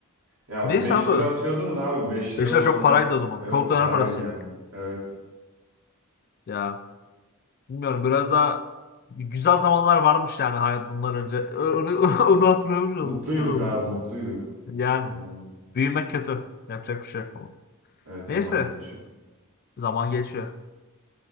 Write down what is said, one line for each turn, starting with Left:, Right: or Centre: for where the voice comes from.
Right: Ya
Left: Neyse
Right: 5
Left: abi.
Right: lira atıyordun da abi 5
Left: 5
Right: lira
Left: lira
Right: o
Left: çok
Right: zaman
Left: paraydı o zaman.
Right: evet
Left: Çok
Right: paraydı
Left: döner parasıydı.
Right: yani. Evet.
Left: Ya bilmiyorum biraz daha güzel zamanlar varmış yani hayat bundan önce. Ö- Onu, <laughs> onu hatırlamış
Right: Mutluyduk
Left: olduk. Güzel oldu.
Right: abi mutluyduk.
Left: Yani
Right: Hmm.
Left: büyümek kötü. Yapacak bir şey yok ama.
Right: Evet zaman
Left: Neyse
Right: geçiyor.
Left: zaman geçiyor.